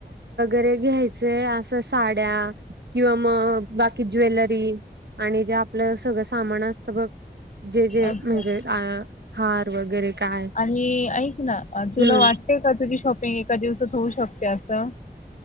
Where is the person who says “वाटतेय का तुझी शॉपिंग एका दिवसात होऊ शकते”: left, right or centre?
Left